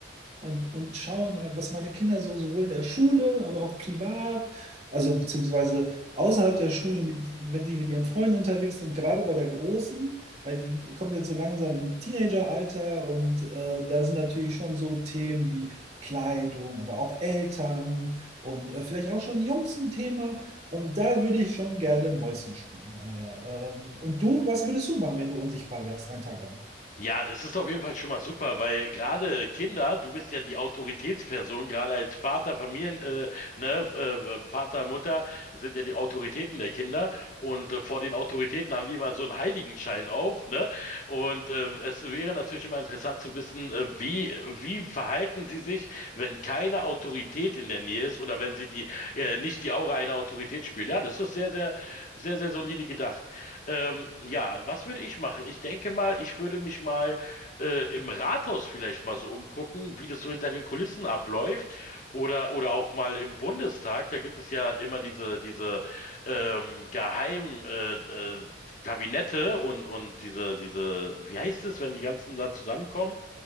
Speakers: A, on the right; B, on the left.
A: und, und schauen, was meine Kinder so sowohl in der Schule, aber auch privat, also beziehungsweise außerhalb der Schule, mit, wenn die mit ihren Freunden unterwegs sind, gerade bei der Großen, weil die kommt jetzt so langsam in Teenageralter und äh, da sind natürlich schon so Themen wie Kleidung, aber auch Eltern und äh, vielleicht auch schon Jungs ein Thema. Ähm, da würde ich schon gerne Mäuschen spielen. Daher, ähm, und du, was würdest du machen, wenn du unsichtbar wärst, einen Tag lang?
B: Ja, das ist auf jeden Fall schon mal super, weil gerade Kinder, du bist ja die Autoritätsperson, gerade als Vater, Familien, äh, ne, äh, Vater, Mutter sind ja die Autoritäten der Kinder und äh, vor den Autoritäten haben die immer so einen Heiligenschein auf, ne? Und ähm, es wäre natürlich immer interessant zu wissen, äh, wie wie verhalten sie sich, wenn keine Autorität in der Nähe ist oder wenn sie die äh, nicht die Aura einer Autorität spüren. Ja, das ist sehr, sehr, sehr, sehr solide gedacht. Ähm, ja, was würde ich machen? Ich denke mal, ich würde mich mal äh, im Rathaus vielleicht mal so umgucken, wie das so hinter den Kulissen abläuft. Oder, oder auch mal im Bundestag. Da gibt es ja immer diese, diese ähm, geheim äh, äh, Kabinette und, und diese, diese, wie heißt es, wenn die ganzen da zusammenkommen?